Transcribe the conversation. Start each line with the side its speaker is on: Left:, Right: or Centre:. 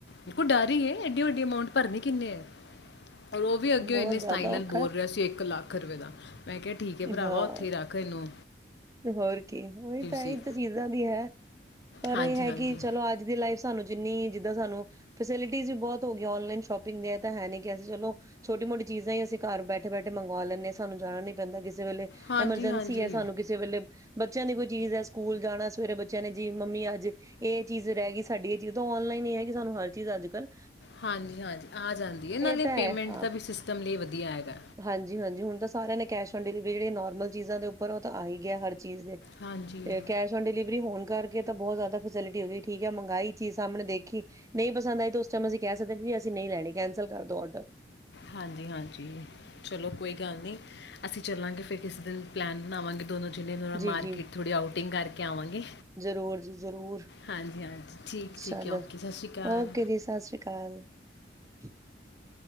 Left: ਦੇਖੋ ਡਰ ਹੀ ਹੈ ਐਡੀ ਵੱਡੀ ਅਮਾਊਂਟ ਭਰਨੇ ਕਿੰਨੇ ਹੈ। ਔਰ ਉਹ ਵੀ ਅੱਗੇਓ
Right: ਬਹੁਤ
Left: ਇਨੇ ਸਟਾਈਲ
Right: ਜ਼ਿਆਦਾ
Left: ਨਾਲ
Right: ਔਖਾ
Left: ਬੋਲ
Right: ਹੈ,
Left: ਰਿਹਾ ਸੀ ਇੱਕ ਲੱਖ। ਰੁਪਏ ਦਾ। ਮੈਂ ਕਿਹਾ ਠੀਕ ਹੈ ਭਰਾਵਾ
Right: ਹਾਂ।
Left: ਉੱਥੇ ਹੀ ਰੱਖ ਇਹਨੂੰ।
Right: ਹੋਰ ਕੀ ਉਹੀ ਤਾਂ
Left: ਸੀ
Right: ਇਹ ਤਾਂ ਚੀਜ਼ਾਂ ਦੀ ਹੈ ਪਰ
Left: ਹਾਂਜੀ
Right: ਇਹ ਹੈ
Left: ਹਾਂਜੀ
Right: ਕਿ ਚਲੋ ਅੱਜ ਦੀ ਲਾਈਫ ਸਾਨੂੰ ਜਿੰਨੀ ਜਿੱਦਾਂ ਸਾਨੂੰ ਫੈਸਿਲਿਟੀਜ਼ ਵੀ ਬਹੁਤ ਹੋ ਗਿਆਂ ਔਨਲਾਈਨ ਸ਼ੋਪਿੰਗ ਦੀ ਏ ਤਾਂ ਹੈ ਨੀ ਕਿ ਅਸੀ ਚਲੋ ਛੋਟੀ ਮੋਟੀ ਚੀਜ਼ਾਂ ਹੀ ਅਸੀ ਘਰ ਬੈਠੇ ਬੈਠੇ ਮੰਗਵਾ ਲੈਨੇ ਹਾਂ ਸਾਨੂੰ ਜਾਣਾ ਨੀ ਪੈਂਦਾ ਕਿਸ ਕਿਸੇ ਵੇਲੇ
Left: ਹਾਂਜੀ
Right: ਐਮਰਜੈਂਸੀ
Left: ਹਾਂਜੀ
Right: ਹੈ ਸਾਨੂੰ ਕਿਸੇ ਵੇਲੇ ਬੱਚਿਆਂ ਦੀ ਕੋਈ ਚੀਜ਼ ਹੈ ਸਕੂਲ ਜਾਣਾ ਸਵੇਰੇ ਬੱਚਿਆਂ ਨੇ ਜੀ ਮੰਮੀ ਅੱਜ ਇਹ ਚੀਜ਼ ਰਹਿ ਗਈ ਸਾਡੀ ਇਹ ਚੀਜ਼ ਤਾਂ ਔਨਲਾਈਨ ਹੀ ਹੈਗੀ ਸਾਨੂੰ ਹਰ ਚੀਜ਼ ਅੱਜ ਕੱਲ੍ਹ
Left: ਹਾਂਜੀ ਹਾਂਜੀ ਆ ਜਾਂਦੀ ਇਹ ਨਾਲੇ
Right: ਤਾਂ
Left: ਪੇਮੈਂਟ
Right: ਹੈ ਹਾਂ
Left: ਦਾ ਸਿਸਟਮ ਲਈ ਵਧੀਆ ਹੈਗਾ।
Right: ਹਾਂਜੀ ਹਾਂਜੀ ਹੁਣ ਤਾਂ ਸਾਰਿਆਂ ਨੇ ਕੈਸ਼ ਆਨ ਡਿਲੀਵਰੀ ਜਿਹੜੇ ਨੋਮਲ ਚੀਜ਼ਾਂ ਦੇ ਉਪਰ ਉਹ ਤਾਂ ਆ ਹੈ ਗਿਆ ਹਰ ਚੀਜ਼ ਦੇ
Left: ਹਾਂਜੀ
Right: ਤੇ ਕੈਸ਼ ਔਨ ਡਿਲੀਵਰੀ ਹੋਣ ਕਰਕੇ ਤਾਂ ਬਹੁਤ ਜ਼ਿਆਦਾ ਫੈਸਿਲਿਟੀ ਹੋ ਗਈ ਠੀਕ ਹੈ ਮੰਗਾਈ ਚੀਜ਼ ਸਾਹਮਣੇ ਦੇਖੀ ਨਹੀਂ ਪਸੰਦ ਆਈ ਤੇ ਉਸ ਟਾਈਮ ਅਸੀਂ ਕਹਿ ਸਕਦੇ ਵੀ ਅਸੀਂ ਨਹੀਂ ਲੈਣੀ ਕੈਂਸਲ ਕਰ ਦੋ ਔਡਰ
Left: ਹਾਂਜੀ ਹਾਂਜੀ ਚਲੋ ਕੋਈ ਗੱਲ ਨਹੀ। ਅਸੀਂ ਚੱਲਾਂਗੇ ਫਿਰ ਕਿਸੀ ਦਿਨ ਪਲੈਨ ਬਣਾਵਾਂਗੇ। ਦੋਨੋ ਜਿਨੇ
Right: ਜੀ
Left: ਮਾਰਕੀਟ
Right: ਜੀ
Left: ਥੋੜੀ ਆਉਟਿੰਗ ਕਰਕੇ ਆਵਾਂਗੇ
Right: ਜ਼ਰੂਰ ਜੀ ਜ਼ਰੂਰ
Left: ਹਾਂਜੀ ਹਾਂਜੀ ਠੀਕ ਠੀਕ
Right: ਚਲੋ
Left: ਓਕੇ ਸਤਿ ਸ਼੍ਰੀ ਅਕਾਲ।
Right: ਓਕੇ ਜੀ ਸਤਿ ਸ਼੍ਰੀ ਅਕਾਲ <unintelligible>